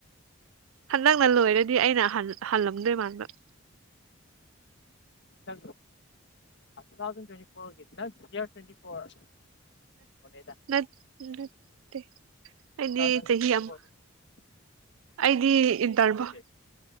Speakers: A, on the right; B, on the left.
A: ꯍꯟꯗꯛꯅ ꯂꯣꯏꯔꯗꯤ ꯑꯩꯅ ꯍꯜꯂꯝꯂꯝꯗꯦ ꯃꯥꯥꯟꯗ
B: ꯇ ꯊꯥꯎꯖ꯭ꯋꯦꯟ ꯐ꯭ꯋꯦꯟ ꯐꯣꯔ ꯌꯗ
A: ꯅꯠꯇꯦ
B: ꯆꯗꯅ
A: ꯑꯩꯗꯤ ꯆꯍꯤ ꯑꯃ ꯑꯩꯗꯤ ꯏꯟꯇꯔꯚꯥꯎ
B: ꯕꯦꯠꯁ